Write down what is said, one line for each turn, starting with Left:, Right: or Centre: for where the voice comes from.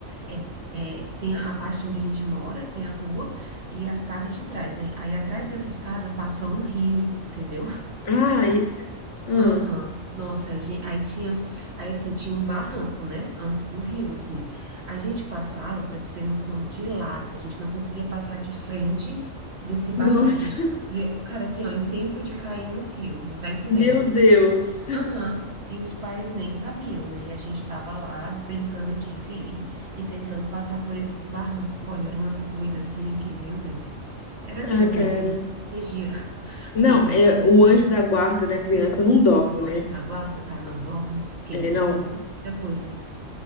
Right: é, é, tem a parte onde a gente mora, tem a rua e as casas de trás, né? Aí atrás dessas casas passa um rio, entendeu?
Left: Ai, hum,
Right: Aham, Nossa, a gente, aí tinha, aí assim, tinha um barranco, né, antes do rio, assim, a gente passava, para tu ter noção, de lado, a gente não conseguia passar de frente desse barranco,
Left: nossa,
Right: a gente
Left: <laughs>
Right: ia, cara, assim, ó, em tempo de cair no rio, não tá entendendo?
Left: meu Deus.
Right: Aham, E os pais nem sabiam, né, e a gente tava lá brincando disso e, e, e tentando passar por esse barranco, olha, eram umas coisas assim que, meu Deus, era
Left: Ah,
Right: Deus,
Left: cara.
Right: né, Deus que protegia, <laughs>
Left: Não,
Right: porque a gente
Left: é,
Right: fazia
Left: o anjo da guarda da criança não dorme,
Right: era o
Left: né?
Right: anjo da guarda, tá? Não dorme, que
Left: É,
Right: a gente
Left: não,
Right: fazia muita coisa.